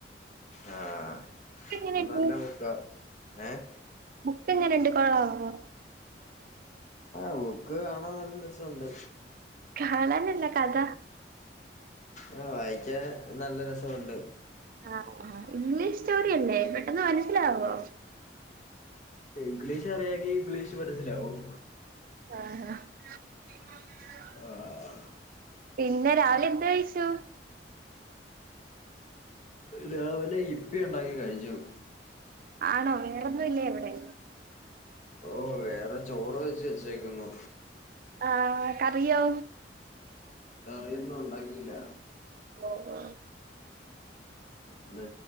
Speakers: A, on the left; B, on the right.
A: ആഹ്
B: എങ്ങനെയുണ്ട്
A: ഹ് നല്ല ബൂക്കാ ഏഹ്
B: ബുക്ക് എങ്ങനെ ഉണ്ട് കൊള്ളാവോ?
A: ആഹ് ബുക്ക് കാണാൻ നല്ല രസമുണ്ട്
B: കാണാനല്ല കഥ
A: ആഹ് വായിക്കാൻ നല്ല രസമുണ്ട്
B: ആഹ് ആഹ് ഇംഗ്ലീഷ് സ്റ്റോറിയല്ലേ പെട്ടെന്ന് മനസ്സിലാവോ
A: ഇംഗ്ലീഷ് അറിയാങ്കി ഇംഗ്ലീഷ് മനസ്സിലാവും
B: ആഹ് ഹ്ഹ് <inaudible>
A: ആഹ്
B: പിന്നെ രാവിലെ എന്ത് കഴിച്ചു
A: രാവിലെ യിപ്പി ഉണ്ടാക്കി കഴിച്ചു
B: ആണോ വേറൊന്നുല്ലേ അവിടെ?
A: ഓ വേറെ ചോറ് വെച്ച് വെച്ചെക്കുന്നു
B: ആഹ് കറിയോ
A: കറിയൊന്നും ഉണ്ടാക്കിയില്ല
B: ഓ ഓ
A: ഇന്ന്